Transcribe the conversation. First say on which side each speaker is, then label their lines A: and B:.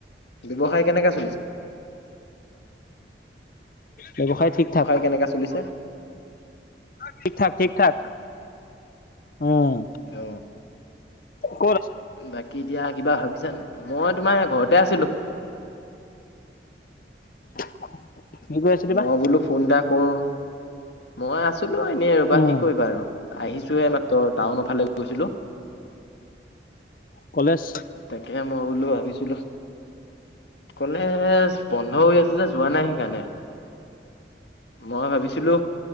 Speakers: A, on the left; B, on the left.
A: ব্যৱসায় কেনেকে চলিছে?
B: ব্যৱসায় ঠিক ঠাক।
A: কেনেকা চলিছে?
B: ঠিক ঠাক ঠিক ঠাক উম।
A: অ।
B: ক'ত আছা
A: বাকী এতিয়া কিবা ভাবিছা নি? মই তোমাৰ ঘৰতে আছিলো।
B: <unintelligible> আছিলি
A: মই
B: বা
A: বোলো ফোন এটা কৰো মই আছিলো এনেই ৰ'বা
B: উম
A: কি কৰিবা আৰু। আহিছোহে এই মাত্ৰ টাউনৰ ফালে গৈছিলো।
B: কলেজ
A: তাকে মই বোলো ভাবিছিলো কলেজ বন্ধ হৈ আছে যে যোৱা নাই সেইকাৰণে। মই ভাবিছিলো